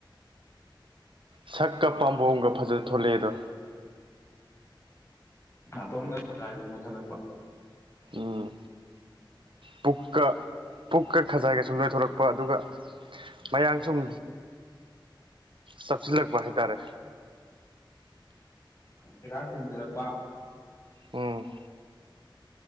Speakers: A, on the right; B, on the left.
A: ꯁꯛꯀ ꯄꯥꯝꯕꯣꯝꯒ ꯐꯖ ꯊꯣꯛꯂꯛꯑꯦꯗꯣ
B: ꯅꯥꯇꯣꯟꯒ ꯈꯒꯥꯏꯗ ꯅꯣꯠꯈꯠꯂꯛꯄ
A: ꯎꯝ ꯄꯨꯛꯀ ꯄꯨꯛꯀ ꯈꯖꯥꯏꯒ ꯁꯨꯝ ꯅꯣꯏꯊꯣꯛꯂꯛꯄ ꯑꯗꯨꯒ ꯃꯌꯥꯡ ꯁꯨꯝ ꯆꯞꯁꯤꯜꯂꯛꯄ ꯍꯥꯏꯇꯥꯔꯦ
B: ꯁꯦꯒꯥꯛ ꯆꯦꯡꯖꯤꯜꯂꯛꯄꯥ
A: ꯎꯝ